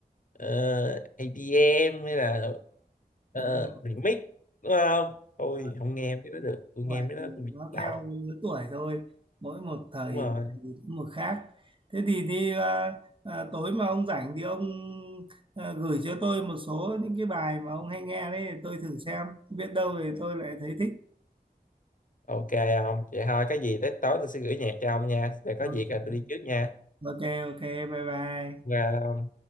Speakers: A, on the left; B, on the right.
A: uh, EDM hay là ờ,
B: đúng rồi
A: remix đúng không tôi
B: Mà
A: không nghe mấy đó được tôi
B: không
A: nghe
B: phải
A: mấy đó
B: thì
A: tôi bị
B: nó
A: đầu
B: theo lứa tuổi thôi mỗi một thời
A: đúng rồi
B: thì một khác thế thì đi à, à, tối mà ông rảnh thì ông à, gửi cho tôi một số những cái bài mà ông hay nghe đấy tôi thử xem biết đâu thì tôi lại thấy thích
A: ok không vậy thôi có gì tới tối tôi sẽ gửi nhạc cho ông nha rồi có
B: ok
A: việc là tôi đi trước nha
B: ok ok bye bye
A: Và